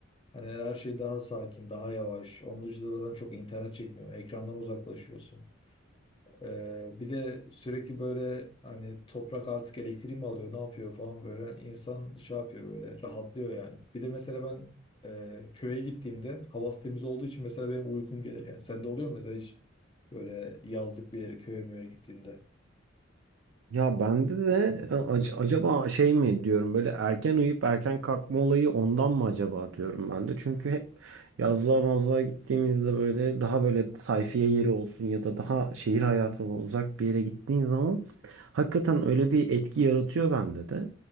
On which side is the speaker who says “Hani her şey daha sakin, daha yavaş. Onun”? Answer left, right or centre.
Left